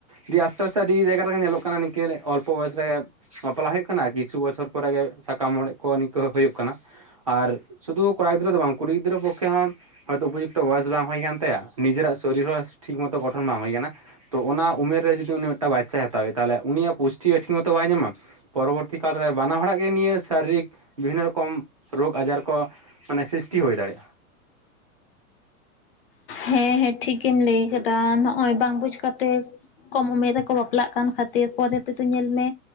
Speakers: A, on the right (about 25°); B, on the left (about 40°).
A: ᱫᱤᱭᱮ ᱟᱥᱛᱮ ᱟᱥᱛᱮ ᱟᱹᱰᱤ ᱡᱟᱭᱜᱟ ᱨᱮᱜᱮ ᱧᱮᱞᱚᱜ ᱠᱟᱱᱟ ᱱᱤᱝᱠᱟᱹ ᱚᱞᱯᱚ ᱵᱚᱭᱚᱥ ᱨᱮᱜᱮ ᱵᱟᱯᱞᱟ ᱦᱩᱭᱩᱜ ᱠᱟᱱᱟ ᱠᱤᱪᱷᱩ ᱵᱚᱪᱷᱚᱨ ᱯᱚᱨᱮᱜᱮ ᱥᱟᱠᱟᱢ ᱚᱲᱮᱡ ᱠᱚ ᱱᱤᱝᱠᱟᱹ ᱦᱩᱭᱩᱜ ᱠᱟᱱᱟ᱾ ᱟᱨ ᱥᱩᱫᱷᱩ ᱠᱚᱲᱟ ᱜᱤᱫᱽᱨᱟᱹ ᱫᱚ ᱵᱟᱝ ᱠᱩᱲᱤ ᱜᱤᱫᱽᱨᱟᱹ ᱯᱚᱠᱠᱷᱮ ᱦᱚᱸ ᱦᱚᱭᱛᱳ ᱩᱯᱚᱡᱩᱠᱛᱚ ᱵᱚᱭᱚᱥ ᱵᱟᱝ ᱦᱩᱭ ᱟᱠᱟᱱ ᱛᱟᱭᱟ, ᱱᱤᱡᱮᱨᱟᱜ ᱥᱚᱨᱤᱨ ᱦᱚᱸ ᱴᱷᱤᱠ ᱢᱚᱛᱚ ᱜᱚᱴᱷᱚᱱ ᱵᱟᱝ ᱦᱩᱭ ᱠᱟᱱᱟ᱾ ᱛᱚ ᱚᱱᱟ ᱩᱢᱮᱨ ᱨᱮ ᱡᱩᱫᱤ ᱩᱱᱤ ᱢᱤᱫᱴᱟᱱ ᱵᱟᱪᱪᱟᱭ ᱦᱟᱛᱟᱣ ᱮᱭᱟ, ᱛᱟᱦᱚᱞᱮ ᱩᱱᱤᱭᱟᱜ ᱯᱩᱥᱴᱤ ᱴᱷᱤᱠ ᱢᱚᱛᱚ ᱵᱟᱭ ᱧᱟᱢᱟ᱾ ᱯᱚᱨᱚᱵᱚᱨᱛᱤ ᱠᱟᱞᱨᱮ ᱵᱟᱱᱟ ᱦᱚᱲᱟᱜ ᱜᱮ ᱱᱤᱭᱟᱹ ᱥᱟᱨᱤᱨᱤᱠ ᱵᱤᱵᱷᱤᱱᱱᱚ ᱨᱚᱠᱚᱢ ᱨᱳᱜᱽ ᱟᱡᱟᱨ ᱠᱚ ᱢᱟᱱᱮ ᱥᱨᱤᱥᱴᱤ ᱦᱩᱭ ᱫᱟᱲᱮᱭᱟᱜᱼᱟ᱾
B: ᱦᱮᱸ ᱦᱮᱸ ᱴᱷᱤᱠᱮᱢ ᱞᱟᱹᱭ ᱟᱠᱟᱫᱟ ᱱᱚᱜᱼᱚᱭ ᱵᱟᱝ ᱵᱩᱡ ᱠᱟᱛᱮ ᱠᱚᱢ ᱩᱢᱮᱨ ᱨᱮᱠᱚ ᱵᱟᱯᱞᱟᱜ ᱠᱟᱱ ᱠᱷᱟᱹᱛᱤᱨ ᱯᱚᱨᱮ ᱛᱮᱫᱚ ᱧᱮᱞ ᱢᱮ